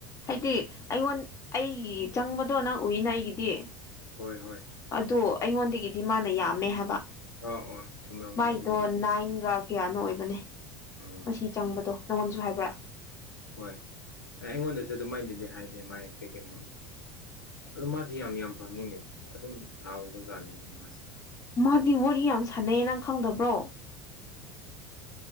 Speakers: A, on the left (about 30°); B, on the left (about 85°).
A: ꯍꯥꯏꯗꯤ ꯑꯩꯉꯣꯟ ꯑꯩꯒꯤ ꯆꯪꯕꯗꯣ ꯅꯪ ꯎꯏꯅ ꯑꯩꯒꯤꯗꯤ
B: ꯍꯣꯏ ꯍꯣꯏ
A: ꯑꯗꯣ ꯑꯩꯉꯣꯟꯗꯒꯤꯗꯤ ꯃꯥꯅ ꯌꯥꯝꯃꯦ ꯍꯥꯏꯕ
B: ꯑꯣ ꯑꯣ ꯆꯨꯝꯂꯝꯒꯅꯤ
A: ꯃꯥꯏꯗꯣ
B: ꯑꯗꯨꯗꯤ ꯃꯥꯏꯅ
A: ꯅꯥꯏꯟꯒ ꯀꯌꯥꯅꯣ ꯑꯣꯏꯕꯅꯦ
B: ꯎꯝ
A: ꯃꯁꯤ ꯆꯪꯕꯗꯣ ꯅꯪꯉꯣꯟꯗꯁꯨ ꯍꯥꯏꯕ꯭ꯔ
B: ꯍꯣꯏ ꯑꯩꯉꯣꯟꯗꯗꯤ ꯑꯗꯨꯝꯥꯏꯅꯗꯤ ꯍꯥꯏꯗꯤꯦ ꯃꯥ ꯌꯦꯛꯇꯣꯏꯒꯤꯦ ꯃꯗ ꯑꯗꯨ ꯃꯥꯗꯤ ꯌꯥꯝ ꯌꯥꯝ ꯐꯪꯉꯤꯅꯦ ꯑꯗꯨꯝ ꯊꯥꯎꯕ ꯖꯥꯠꯅꯤꯅꯦ ꯃꯥꯁꯦ
A: ꯅꯪꯗꯤ ꯋꯥꯔꯤ ꯌꯥꯝ ꯁꯥꯟꯅꯩ ꯅꯪ ꯈꯪꯗꯕ꯭ꯔꯣ